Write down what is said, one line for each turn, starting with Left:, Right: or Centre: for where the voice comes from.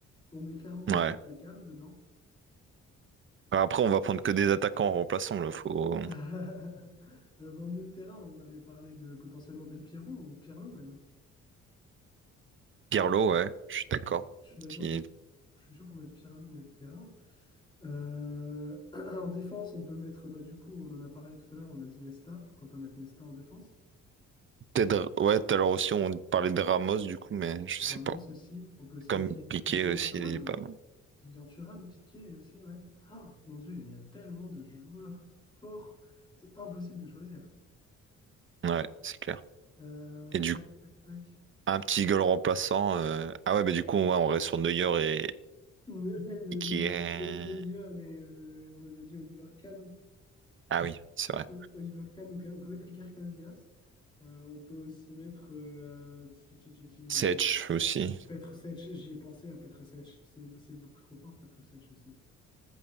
Left: On met clairement David
Right: <laughs> ouais.
Left: Beckham dedans.
Right: Enfin, Après, on va prendre que des attaquants remplaçants. remplaçant. Là.
Left: <laughs>
Right: Faut...
Left: Euh, bah, au milieu de terrain, on avait parlé de potentiellement Del Piero ou Pirlo même.
Right: Pirlo, ouais, je suis d'accord.
Left: Je suis d'accord.
Right: Qui...
Left: pour- Je suis chaud pour mettre Pirlo au milieu de terrain. Euh, <clears throat> en défense, on peut mettre, bah, du coup, on en a parlé tout à l'heure, on a dit Nesta, pourquoi pas mettre Nesta en défense?
Right: Peut-être, ouais, tout à l'heure aussi, on parlait de Ramos, du coup, mais je
Left: Ramos
Right: sais pas.
Left: aussi, on peut aussi
Right: Comme
Left: mettre Li-
Right: Piqué
Left: Lilian
Right: aussi,
Left: Thuram.
Right: il est pas mal.
Left: Lilian Thuram, Piqué aussi, ouais. Ah, mon Dieu, mais il y a tellement de joueurs forts, c'est impossible de choisir.
Right: Ouais, c'est clair.
Left: Euh,
Right: Et du
Left: tac,
Right: coup,
Left: tac, tac. <laughs>
Right: un petit goal remplaçant. euh, Ah ouais, mais du coup, ouais, on reste sur Neuer et,
Left: Ne- ne- ne-
Right: et qui est.
Left: ne- Neuer et euh, on avait dit Oliver Kahn.
Right: Ah oui, c'est
Left: Du
Right: vrai.
Left: coup, Oliver Kahn, ou on peut mettre Iker Casillas. Euh, on peut aussi mettre. euh, tchi, tchi, tchi, tchi,
Right: Sech
Left: on peut.
Right: aussi.
Left: Petr Sech, j'y ai pensé à Petr Sech. C'est c'est beaucoup trop fort, Petr Sech aussi.